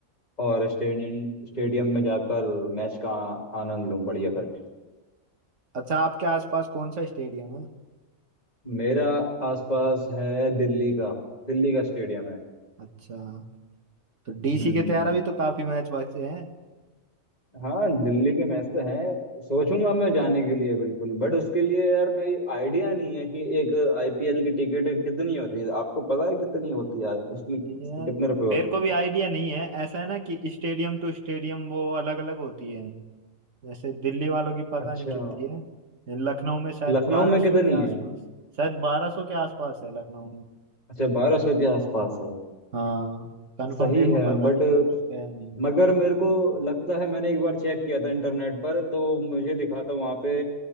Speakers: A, on the left; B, on the right.
A: और स्टेडियम स्टेडियम में जाकर मैच का आनंद लूं बढ़िया करके
B: अच्छा आपके आसपास कौन सा स्टेडियम है
A: मेरा आसपास है दिल्ली का दिल्ली का स्टेडियम है
B: अच्छा तो डीसी
A: हम्म
B: के तैयारा भी तो काफी मैच बचे हैं
A: हाँ दिल्ली के मैच तो हैं सोचूंगा मैं जाने के लिए बिल्कुल बट उसके लिए यार मैं आइडिया नहीं है कि एक आईपीएल की टिकट कितनी होती है आपको पता है कितनी होती है उसमें कितने
B: यार
A: रुपए होती
B: मेरे को
A: है
B: भी आइडिया नहीं है ऐसा है ना कि स्टेडियम टू स्टेडियम वो अलग अलग होती है वैसे दिल्ली वालों की पता
A: अच्छा
B: नहीं कितनी है लखनऊ में शायद
A: लखनऊ
B: बारह
A: में कितनी
B: सौ के
A: है
B: आसपास शायद बारह सौ के आसपास है लखनऊ में
A: अच्छा बारह सौ के आसपास है
B: हाँ कंफर्म
A: सही
B: मेरे को
A: है
B: पता
A: बट
B: नहीं है मैं कभी गया नहीं
A: मगर मेरे को लगता है मैंने एक बार चेक किया था इंटरनेट पर तो मुझे दिखा था वहां पे